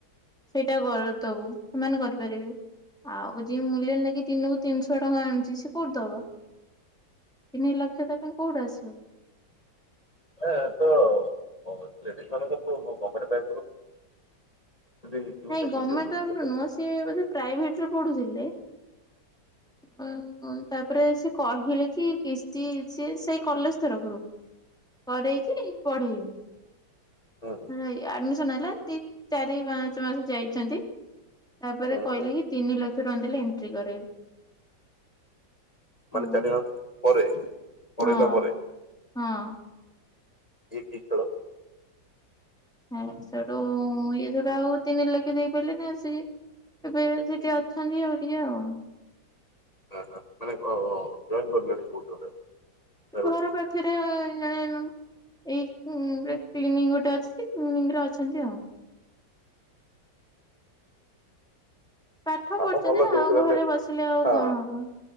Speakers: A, in the centre; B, on the left (about 20°).
A: ସେଇଟା ଦବୁ ସେମାନେ କରିପାରିବେ। ଆଉ ଯିଏ ମୂଲ୍ୟ ଲାଗି ଦିନକୁ ତିନିଶହ ଟଙ୍କା ଆଣୁଛି ସେ କୋଉଠୁ ଦବ। ତିନି ଲକ୍ଷ ତା ପାଇଁ କୋଉଠୁ ଆସିବ।
B: ଏ ତ ଲେଡିଜ୍‌ ମାନଙ୍କର ତ କମ୍ପାନି ପେ ହେଇଯାଉଛି।
A: ନାଇଁ ଗମେଣ୍ଟର
B: ହୁଁ
A: ତ
B: ହୁଁ
A: ନୁହଁ ସିଏ ବୋଧେ ପ୍ରାଇଭେଟ ରେ ପଢୁଥିଲେ। ହୁଁ ହୁଁ ତାପରେ ସେ କହିଲେ କି କିସ୍ତି ସେ ସେଇ କଲେଜ ତରଫରୁ କରରେଇକି ପଢେଇବି।
B: ହଁ।
A: ନାଇଁ ଆଡମିସନ ହେଲା ସି ଚାରି ପାଞ୍ଚ ମାସ ଯାଇଚନ୍ତି। ତାପରେ
B: ହୁଁ
A: କହିଲେ
B: ହୁଁ।
A: କି ତିନି ଲକ୍ଷ ଟଙ୍କା ଦେଲେ ଏଣ୍ଟ୍ରି କରେଇବି। ହଁ
B: ମାନେ ଚାରିମାସ ପରେ ପେଢେଇଲା
A: ହଁ
B: ପରେ।
A: ହଁ।
B: ଇକି ଖେଳ।
A: ହୁଁ ସେଠୁ ଇଏ ଯୋଉଟା ଆଉ ତିନି ଲକ୍ଷ ଦେଇପାରିଲେ ନା ସେ ଏବେ ସେ ଟିକେ ଅଛନ୍ତି ଆଉ ଟିକେ ଆଉ
B: ହାଁ ହାଁ ମାନେ ଅ ଅ ଜଏନ୍‌ କରଲେଣି କୋଉଟି ଗୋଟେ। ପ୍ରାଇଭେଟ
A: ଘର ପାଖରେ ଆ ଜଣେ ନୁହଁ। ଏଇ ନିରେ କ୍ଲିନିକ ଗୋଟେ ଅଛି କ୍ଲିନିକରେ ଅଛନ୍ତି ଆଉ। ପାଠ
B: କାମ
A: ପଢିଚନ୍ତି
B: ଭଲ
A: ନା
B: ଯୋଉଥିରେ
A: ଆଉ ଘରେ
B: ହେଲେ
A: ବସିଲେ ଆଉ
B: ହଁ
A: କଣ ହବ।